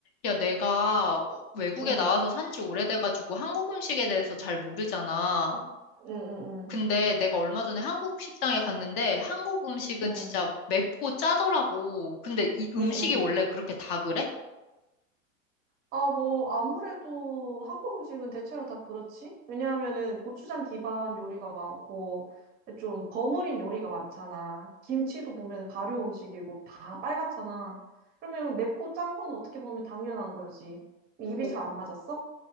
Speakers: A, on the left; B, on the right.
A: 야, 내가 외국에
B: 응,
A: 나와서 산지 오래돼가지고 한국 음식에 대해서 잘 모르잖아.
B: 응,
A: 근데
B: 응,
A: 내가 얼마 전에 한국 식당에 갔는데 한국 음식은
B: 응, 응,
A: 진짜 맵고 짜더라고. 근데 이 음식이
B: 응, 응.
A: 원래 그렇게 다 그래?
B: 아, 뭐, 아무래도 한국 음식은 대체로 다 그렇지? 왜냐하면은 고추장 기반 요리가 많고, 좀 버무린 요리가 많잖아. 김치도 보면 발효 음식이고, 다 빨갛잖아. 그러면 맵고 짠 건 어떻게 보면 당연한 거지. 입이
A: 어,
B: 잘 안 맞았어?